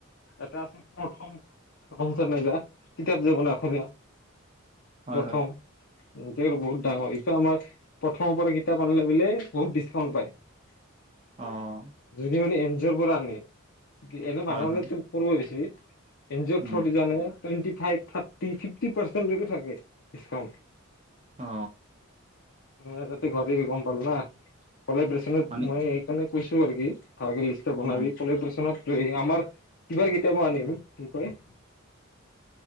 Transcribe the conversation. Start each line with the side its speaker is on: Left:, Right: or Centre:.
Left: এটা আছে প্ৰথম প্ৰথম চ মে যা কিতাপ যে বানায় অসমীয়া
Right: হয়,
Left: প্ৰথম
Right: হয়, হয়, হয়,
Left: ইতেৰ বহুত ডাঙৰ ইত আমাৰ প্ৰথম পৰা কিতাপ আনিলে বোলে বহুত ডিচকাউণ্ট পায়। <inaudible>
Right: অ',
Left: যদি মানে এন যৰ পৰা আমি এনে মান
Right: হয়,
Left: হলেটো
Right: হয়,
Left: পূৰ্ব বেছি এন জিঅ
Right: উম,
Left: থ্ৰত জানে twenty five thirty fifty percent লৈকে থাকে ডিচকাউণ্ট
Right: অ
Left: অ আগতে ঘৰিৰ গম পালোঁ না কলে বেশনত
Right: মানে
Left: মই এই কাণে কৈছো আৰু কি হাগিৰি লিষ্টৰ বনাবি
Right: উম,
Left: কলে বেচনত টোৱে আমাৰ কিবাৰ কেতিয়াবা আনিম কি কয়